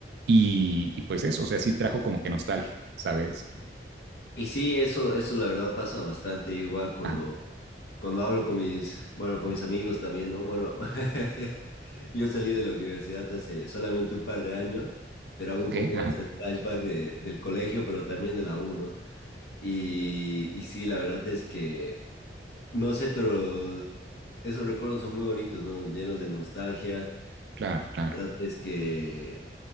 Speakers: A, on the right; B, on the left.
A: y, y pues eso, o sea, sí trajo como que nostalgia, ¿sabes?
B: Y sí, eso, eso la verdad pasa bastante igual cuando,
A: Ajá,
B: cuando hablo con mis, bueno, con mis amigos también, ¿no? Bueno, <laughs> yo salí de la universidad hace solamente un par de años, pero
A: ah,
B: hago un
A: ok,
B: poco más
A: ajá,
B: el flashback de- del colegio, pero también de la U, ¿no? Y, y sí, la verdad es que, no sé, pero Esos recuerdos son muy bonitos, ¿no? Llenos de nostalgia.
A: claro, claro,
B: La verdad es que